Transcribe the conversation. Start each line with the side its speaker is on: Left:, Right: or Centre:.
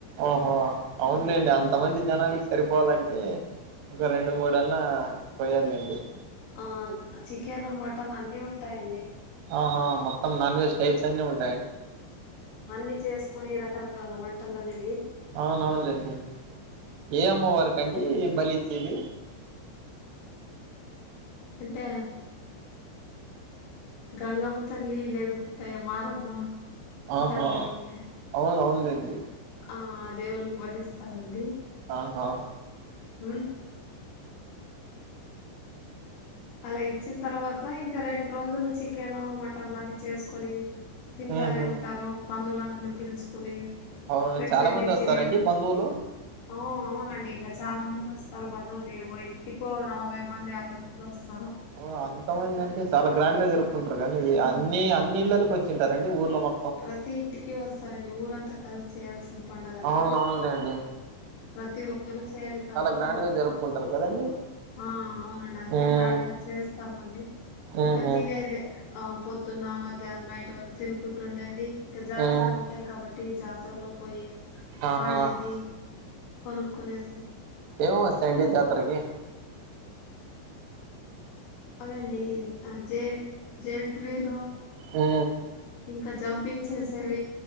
Right: ఓహో అవునులేండి అంత మంది జనాల సరిపోవాలంటే ఒక రెండు మూడు అన్నా కోయాలండి
Left: ఆ చికెన్ మటన్ అన్ని ఉంటాయండి
Right: ఆహా మొత్తం నాన్ వెజ్ టైప్స్ అన్ని ఉంటాయి
Left: అన్ని చేసుకొని రకరకాల వంటలనేవి
Right: అవునవునులేండి ఏ అమ్మవరీకండి బలి ఇచ్చేది
Left: అంటే గంగమ్మ తల్లి లేదుకుంటాయ మారమ్మ ఉంటారు
Right: ఆహా
Left: కదండి
Right: అవునవునులేండి
Left: ఆ దేవుళ్ళకి బళ్లిస్తారండి
Right: ఆహా
Left: ఆ అలా ఇచ్చిన తర్వాత ఇంకా రెండు రోజులు చికెన్ మటన్లన్నీ చేసుకొని తింటానే
Right: ఉహు
Left: ఉంటారు బంధువులందరిని పిలుచుకుని
Right: అవును
Left: పెట్టేది
Right: చాలా మంది వస్తారండి
Left: తినేది
Right: బంధువులు
Left: ఓ అవునండి ఇంకా చాలా మంది వస్తారు బంధువులుో ఇంటికో నలభై మంది యాభై మంది వస్తారు
Right: ఓ అంతమంది అంటే చాలా గ్రాండ్ గా జరుపుకుంటారు కానీ
Left: ఉమ్
Right: అన్ని అన్ని ఇళ్లకి వచ్చి తింటారండి ఊర్లో మ
Left: ప్రతి ఇంటికి వస్తారండి ఊరంతా కలిసి చేయాల్సిన పండగ అది
Right: అవునవును లేండి
Left: ప్రతి ఒక్కరూ చేయాలి కాబట్టి
Right: గ్రాండ్ గా జరుపుకుంటారు కదండి
Left: ఆ అవునండి అందుకే
Right: హ్మ్
Left: గ్రాండ్ గా చేస్తారు మళ్ళీ
Right: ఉహు
Left: ఇంకా తినేదే ఆ పొద్దున్న మధ్యాహ్నం నైట్ వాళ్ళు తినుకుంటు ఉండేది ఇంకా జాతరలు
Right: హ్మ్
Left: ఉంటాయి కాబట్టి ఇటి జాతరలో పోయే
Right: ఆహా
Left: ఆడేది కొన కొనే స
Right: ఏమో సాండ్విచ్ జత్రకి
Left: అదేండి <unintelligible>
Right: ఉ
Left: ఇంకా జంపింగ్ చేసేవి